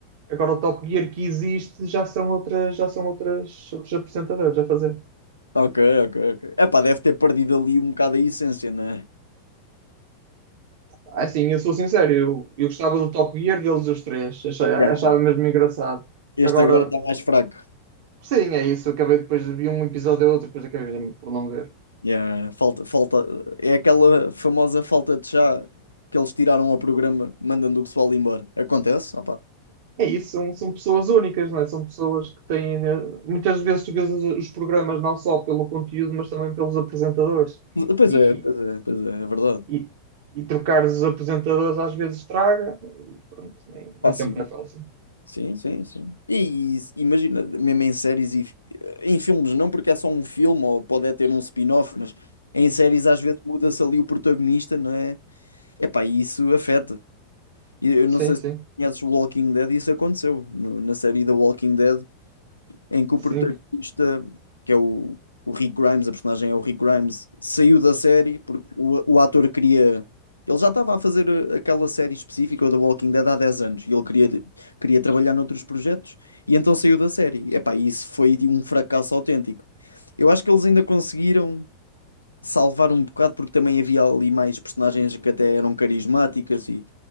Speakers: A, on the right; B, on the left.
A: Agora o Top Gear que existe já são outras, já são outras, outros apresentadores a fazer.
B: Ok, ok, ok. Epá, deve ter perdido ali um bocado a essência, né?
A: Ah, Assim, eu sou sincero, eu, eu gostava do Top Gear deles os três, achava,
B: Yeah.
A: achava mesmo engraçado. Agora,
B: Este agora está mais fraco.
A: sim, é isso. Acabei depois de ver um episódio ou outro, depois acabei por não ver.
B: Yeah, Falta, falta, é aquela famosa falta de chá que eles tiraram ao programa, mandando o pessoal embora. Acontece? Ah, pá.
A: É isso, são, são pessoas únicas, não é? São pessoas que têm. eh, Muitas vezes tu vês os, os programas não só pelo conteúdo, mas também pelos apresentadores.
B: Pois
A: E,
B: é, pois é, pois é, é verdade.
A: e, e trocar os apresentadores às vezes traga, e pronto, nem nem
B: Pá,
A: sempre
B: sim.
A: é fácil.
B: Sim, sim, sim. E, e imagina, mesmo em séries e fi- em filmes, não porque é só um filme ou pode é ter um spin-off, mas em séries às vezes muda-se ali o protagonista, não é? Epá, e isso afeta. E Eu
A: Sim,
B: não sei
A: sim,
B: se conheces o Walking Dead, isso aconteceu no- na série The Walking Dead em que o protagonista,
A: sim.
B: que é o, o Rick Grimes, a personagem é o Rick Grimes, saiu da série porque o, o ator queria. Ele já estava a fazer uh, aquela série específica, o The Walking Dead, há 10 anos, e ele queria, queria trabalhar noutros projetos, e então saiu da série. Epá, isso foi tipo, um fracasso autêntico. Eu acho que eles ainda conseguiram salvar um bocado, porque também havia ali mais personagens que até eram carismáticas e